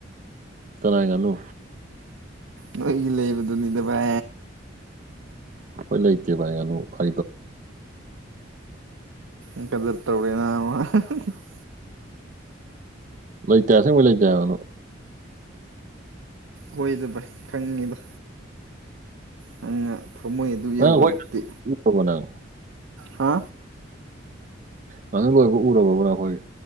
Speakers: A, on the right; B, on the right.
A: ꯇꯥꯏꯦꯒꯂꯨ
B: ꯅꯣꯏꯒꯤ ꯂꯩꯕꯗꯨꯅꯤꯗ ꯚꯥꯏ
A: ꯍꯣꯏ ꯂꯩꯇꯦ ꯚꯥꯏ ꯑꯗꯨꯅ ꯐ
B: ꯏ ꯀꯗꯔ ꯇꯕꯅ <unintelligible>
A: ꯂꯣꯏ ꯇꯌꯥꯁꯦꯕꯨ ꯂꯩꯇ ꯋꯥꯅ
B: ꯍꯣꯏꯗ ꯚꯥꯏ ꯈꯪꯉꯤꯗꯣ ꯅꯪꯅ ꯊꯝꯃꯣꯏ ꯑꯗꯨ
A: ꯅꯪ
B: ꯌꯧꯈ꯭ꯔꯕꯛꯇꯤ
A: ꯑꯩꯈꯣꯏ ꯎꯔꯕꯣ ꯅꯪ
B: ꯍꯥ
A: ꯅꯗꯪ ꯂꯣꯏꯕ ꯎꯔꯕꯕꯅ ꯑꯩꯈꯣꯏ